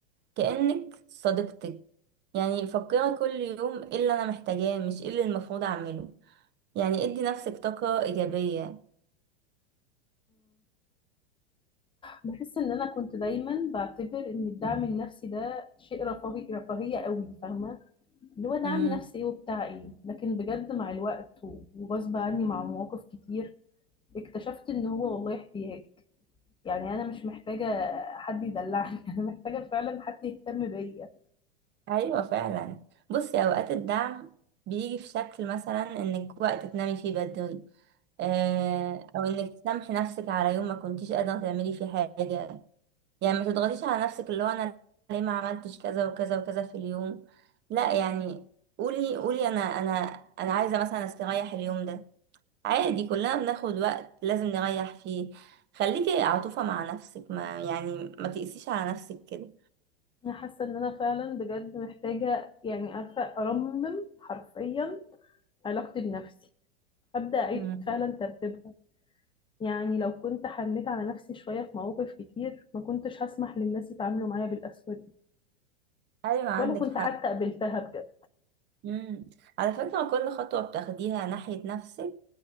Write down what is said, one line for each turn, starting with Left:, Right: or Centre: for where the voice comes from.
Right: كأنك صديقتك يعني فكري كل يوم ايه اللي انا محتاجاه مش ايه اللي المفروض اعمله يعني ادي نفسك طاقة إيجابية
Left: بحس ان انا كنت دايما بعتبر ان الدعم النفسي ده شيء رفاهي رفاهيه قوي فاهمه اللي هو دعم
Right: امم
Left: نفسي ايه وبتاع ايه لكن بجد مع الوقت و- وغصب عني مع مواقف كتير اكتشفت ان هو والله احتياج يعني انا مش محتاجه حد يدلعني <laughs> انا محتاجه فعلا حد يهتم بيا
Right: ايوه فعلا بصي اوقات الدعم بيجي في شكل مثلا انك وقت تنامي فيه بدري آه، او انك تسامحي نفسك على يوم ما كنتيش قادره تعملي فيه حاجه يعني ما تضغطيش على نفسك اللي هو انا ليه ما عملتش كذا وكذا وكذا في اليوم لا يعني قولي قولي انا انا انا عايزه مثلا استريح اليوم ده عادي كلنا بناخد وقت لازم نريح فيه خليكي عطوفه مع نفسك ما يعني ما تقسيش على نفسك كده
Left: انا حاسه ان انا فعلا بجد محتاجه يعني عارفه ارمم حرفيا علاقتي بنفسي ابدا اعيد
Right: مم.
Left: فعلا ترتيبها يعني لو كنت حنيت على نفسي شوية في مواقف كتير ما كنتش هسمح للناس يتعاملوا معايا بالقسوة دي
Right: ايوه عندك
Left: ولا كنت
Right: حق
Left: حتى قبلتها بجد
Right: مم. على فكرة كل خطوة بتاخديها ناحية نفسك